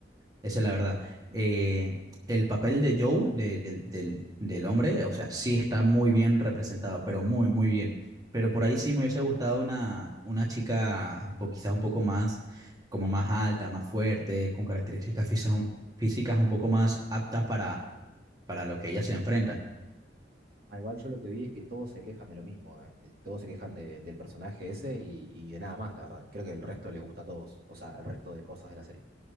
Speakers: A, on the right; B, on the right.
A: esa es la verdad. Eh, el papel de Joe, de- del del- del hombre, o sea, sí está muy bien representado, pero muy, muy bien. Pero por ahí sí me hubiese gustado una, una chica un po- quizás un poco más, como más alta, más fuerte, con características fisa- físicas un poco más aptas para, para lo que ella se enfrenta.
B: Ah, igual yo lo que vi es que todos se quejan de lo mismo, eh. Eh, Todos se quejan de- del personaje ese y, y de nada más, la verdad. Creo que el resto les gusta a todos, o sea, el resto de cosas de la serie.